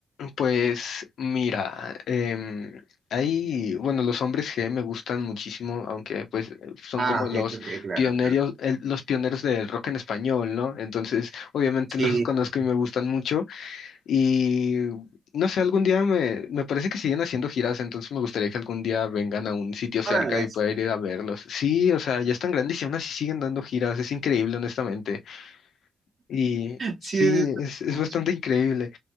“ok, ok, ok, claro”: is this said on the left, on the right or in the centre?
Right